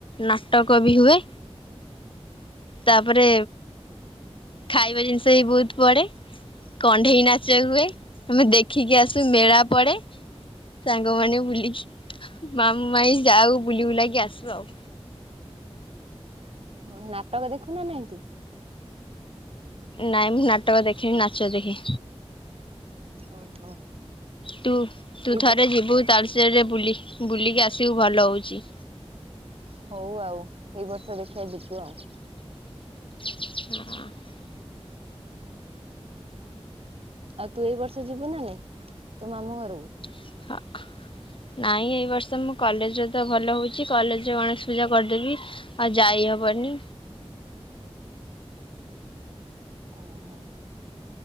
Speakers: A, on the left; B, on the right.
A: ନାଟକ ବି ହୁଏ। ତାପରେ ଖାଇବା ଜିନିଷ ବି ବହୁତ ପଡେ। କଣ୍ଢେଇ ନାଚ ହୁଏ ଆମେ ଦେଖିକି ଆସୁ ମେଳା ପଡେ। ସାଙ୍ଗମାନେ ବୁଲିକି ମାମୁଁ ମାଈଁ ଯାଉ ବୁଲି ବୁଲାକି ଆସୁ ଆଉ।
B: ହଁ ନାଟକ ଦେଖୁ ନା ନହିଁ ତୁ?
A: ନହିଁ ମୁଁ ନାଟକ ଦେଖେନି ନାଚ ଦେଖେ।
B: ଓହୋ।
A: ତୁ ତୁ
B: ଏଇ
A: ଥରେ ଯିବୁ ତାଳଚେର ରେ ବୁଲି ବୁଲିକି ଆସିବୁ ଭଲ ହେଉଛି।
B: ହଉ ଆଉ ଏଇ ବର୍ଷ ଦେଖିଆ ଯିବୁ ଆଉ।
A: <inaudible>
B: ଆଉ ତୁ ଏଇ ବର୍ଷ ଯିବୁ ନା ନାଇଁ ତୋ ମାମୁଁ ଘରକୁ।
A: <unintelligible> ନାଇଁ ଏଇ ବର୍ଷ ମୁଁ କଲେଜରେ ତ ଭଲ ହେଉଛି କଲେଜରେ ଗଣେଶ ପୂଜା କରିଦେବି। ଆ ଯାଇ ହବନି।
B: <unintelligible>